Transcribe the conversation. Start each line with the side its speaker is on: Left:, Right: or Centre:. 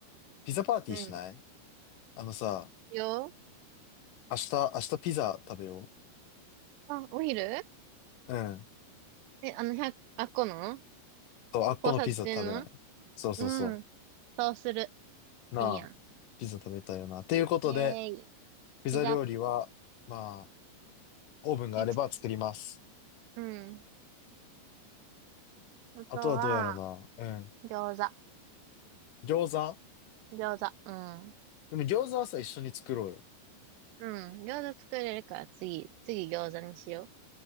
Left: ピザパーティーしない
Right: うん。
Left: あのさ、
Right: よ。
Left: 明日、明日ピザ食べよ
Right: あ、お昼
Left: う。うん。
Right: え、あの、百、あっこの
Left: そう、あっこのピザ食べない。
Right: 交差点の
Left: そうそうそう。
Right: うん。そうする。
Left: なあ、
Right: いいやん。
Left: ピザ食べたいよな。ということで、
Right: イェーイ。
Left: ピザ料理は、
Right: ピザ、
Left: まあ、オーブンがあれば作ります。
Right: いつ、うん。あとは、
Left: あとはどうやろうな。うん。
Right: 餃子。
Left: 餃子
Right: 餃子。うん。
Left: でも餃子はさ、一緒に作ろうよ。
Right: うん。餃子作れるから次、次餃子にしよう。